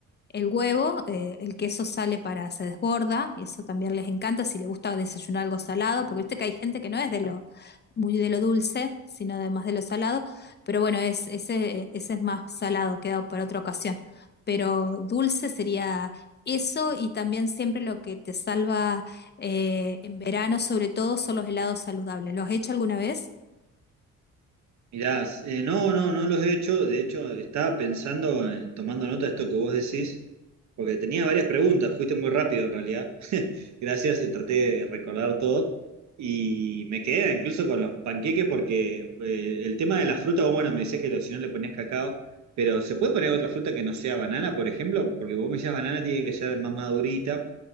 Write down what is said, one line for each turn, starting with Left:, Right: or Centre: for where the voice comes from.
Left: el huevo, eh, el queso sale para, se desborda, y eso también les encanta si les gusta desayunar algo salado, porque viste que hay gente que no es de lo, muy de lo dulce, sino además de lo salado, pero bueno, es, ese, ese es más salado, quedado para otra ocasión. Pero dulce sería eso, y también siempre lo que te salva eh, en verano, sobre todo, son los helados saludables. ¿Los has hecho alguna vez?
Right: mirá, eh, no, no, no los he hecho. De hecho, estaba pensando, en- tomando nota de esto que vos decís, porque tenía varias preguntas. Fuiste muy rápido en realidad. <laughs> Gracias, eh, traté de recordar todo. Y me quedé incluso con los panqueques porque eh, el tema de la fruta, vos, bueno, me decías que lo- si no le ponías cacao, pero ¿se puede poner otra fruta que no sea banana, por ejemplo? Porque vos me decías banana tiene que ser más madurita.